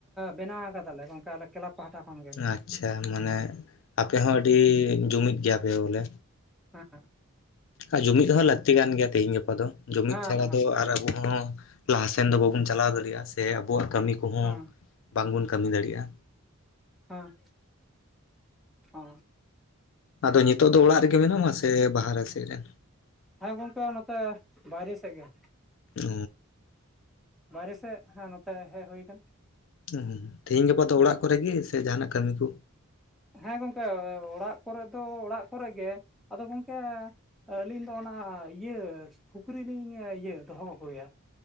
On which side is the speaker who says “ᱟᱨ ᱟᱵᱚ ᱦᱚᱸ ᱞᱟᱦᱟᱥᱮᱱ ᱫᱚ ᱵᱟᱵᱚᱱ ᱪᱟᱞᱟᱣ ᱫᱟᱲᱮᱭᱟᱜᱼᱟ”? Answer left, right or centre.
Left